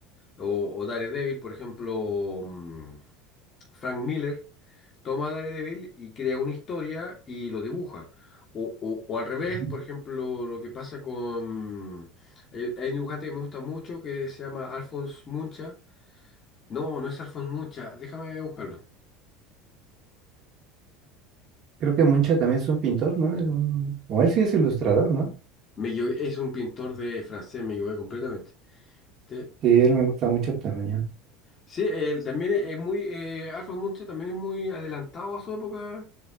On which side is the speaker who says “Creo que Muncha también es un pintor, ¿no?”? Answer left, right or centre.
Right